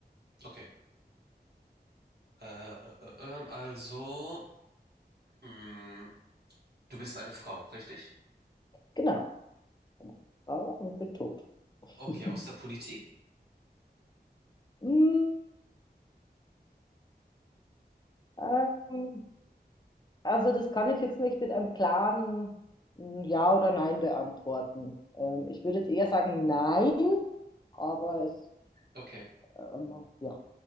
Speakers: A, on the right; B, on the left.
A: Okay. Äh, äh, äh, ähm, also, mh, du bist eine Frau, richtig?
B: Genau. Genau. Frau und bin tot. <laughs>
A: Okay. Aus der Politik?
B: Hm, ähm, also das kann ich jetzt nicht mit einem klaren mm, Ja oder Nein beantworten. Ähm, ich würde jetzt eher sagen Nein, aber es,
A: Okay.
B: ähm, ja,